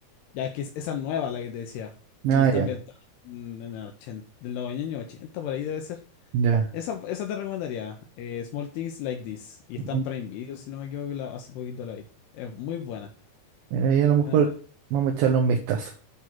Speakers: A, on the left (about 80°); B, on the right (about 70°).
A: Ya es que es- esa es nueva, la que te decía.
B: Ah,
A: Y está
B: ya,
A: ambientada en en el 80, del año ochenta por ahí debe ser.
B: ya.
A: Esa, esa te recomendaría. eh, Small Things Like This. Y está
B: Ujú.
A: en Prime Video, si no me equivoco, la- hace poquito la vi. Es muy buena.
B: Mira, ahí a lo
A: Buena,
B: mejor
A: buena.
B: vamos a echarle un vistazo.